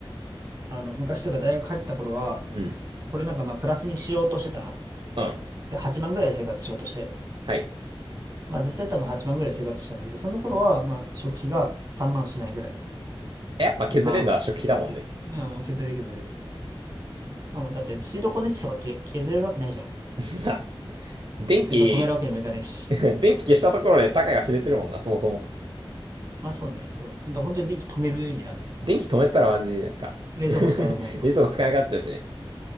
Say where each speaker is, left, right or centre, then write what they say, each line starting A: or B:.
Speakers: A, on the right; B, on the right.
A: あの、昔というか大学入った頃は、
B: うん、
A: これなんかまあプラスにしようとしてたの。
B: うん。
A: で、8万ぐらいで生活しようとして。
B: はい。
A: まあ実際多分8万ぐらいで生活したんだけど、その頃はまあ食費が3万しないぐらい。
B: やっぱ削れるのは食費だもんね。
A: 2万、うん、削れる削れる。まあもうだって水道光熱費とかけ削れるわけないじゃん。
B: <laughs> まあ、電気、
A: 水道止めるわけにもいかねえし。
B: <laughs> 電気消したところでたかが知れてるもんな、そもそも。
A: まあそうね、そう。だから本当に電気止めるようになる。
B: 電気止めたらマジなんか <laughs>
A: 冷蔵庫使えなくなるよ。
B: 冷蔵庫使えなくなっちゃうしね。